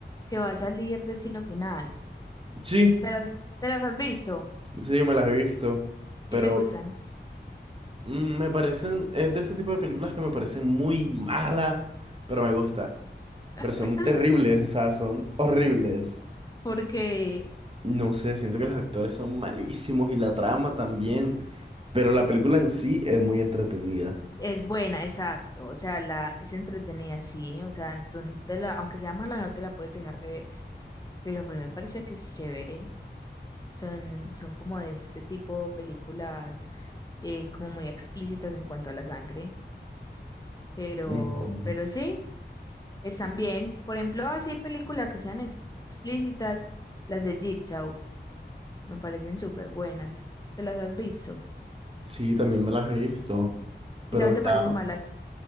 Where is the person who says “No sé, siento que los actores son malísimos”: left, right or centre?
Right